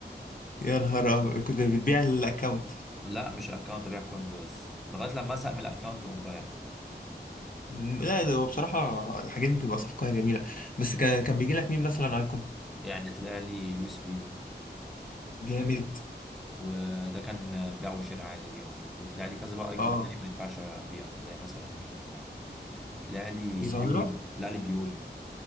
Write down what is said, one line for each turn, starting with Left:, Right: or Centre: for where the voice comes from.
Left: يا نهار أبيض كنت بتبيع الاكونت
Centre: لا مش اكونت ابيع كوينز بس لغايه لما ازهق من الاكونت واقوم بايع
Left: لا ده هو بصراحة الحاجات دي بتبقى صفقة جميلة بس كان كان بيجي لك مين مثلا ايكون
Centre: يعني طلع لي لويس فيجو
Left: جامد
Centre: وده كان بيع وشراء عادي ابيعه يعني وطلع لي كذا بقى ايكون
Left: اه
Centre: تاني ما ينفعش ابيعه زي مثلا مين طلع لي طلع لي
Left: الظاهرة
Centre: بيول طلع لي بيول